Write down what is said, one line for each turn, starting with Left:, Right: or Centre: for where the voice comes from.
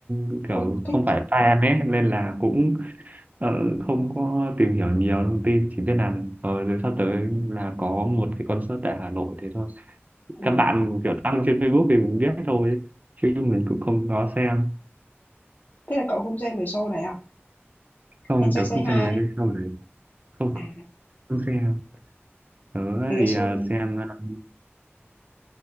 Right: ừ, kiểu
Left: không thích
Right: không phải
Left: à?
Right: fan ấy nên là cũng ờ, không có tìm hiểu nhiều thông tin chỉ biết là ờ, rồi sắp tới là có một cái concert tại Hà Nội thế thôi
Left: À,
Right: các bạn kiểu đăng trên Facebook thì mình biết thôi chứ mình cũng không có xem
Left: thế là cậu không xem cái show đấy à?
Right: không
Left: Anh Trai
Right: tớ
Left: Say
Right: không
Left: Hi
Right: xem mấy
Left: ấy.
Right: cái show không
Left: À,
Right: không xem tớ
Left: cái
Right: thì
Left: show
Right: ờ,
Left: đấy
Right: xem ờ,